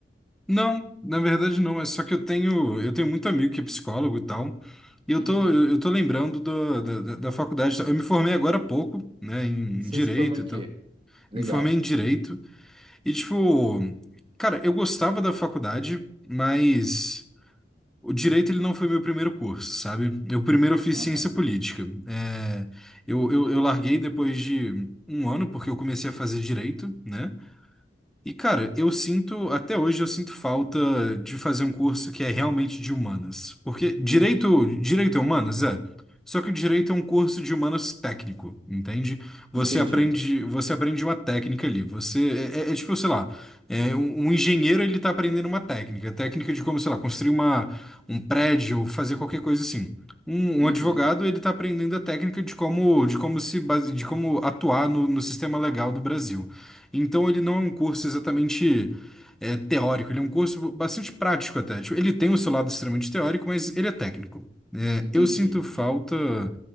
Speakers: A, in the centre; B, on the right (about 30°).
A: Não, na verdade não. É só que eu tenho, eu tenho muito amigo que é psicólogo e tal. E eu
B: Uhum.
A: tô, eu eu tô lembrando do, da, da da faculdade. Eu me formei agora há pouco, né, em
B: Você
A: em direito
B: se formou em
A: e tal.
B: quê? Legal.
A: Me formei em direito e, tipo, cara, eu gostava da faculdade, mas o direito ele não foi meu primeiro curso, sabe? Eu primeiro fiz
B: Aham.
A: ciência política. É, eu, eu, eu larguei depois de um ano, porque eu comecei a fazer direito, né? E, cara, eu sinto, até hoje eu sinto falta de fazer um curso que é realmente de humanas. Porque direito,
B: Uhum.
A: direito é humanas, é. Só que o direito é um curso de humanas técnico, entende? Você
B: Entendi.
A: aprende, você aprende uma técnica ali. Você é, é- é tipo, sei lá, é, um, um engenheiro ele tá aprendendo uma técnica, técnica de como, sei lá, construir uma, um prédio, fazer qualquer coisa assim. Um,
B: Uhum.
A: um advogado ele tá aprendendo a técnica de como, de como se base, de como atuar no no sistema legal do Brasil. Então ele não é um curso exatamente é, teórico, ele é um curso bastante prático até. Tipo, ele tem o seu lado extremamente teórico, mas ele é técnico. É,
B: Entendi,
A: eu sinto
B: entendi.
A: falta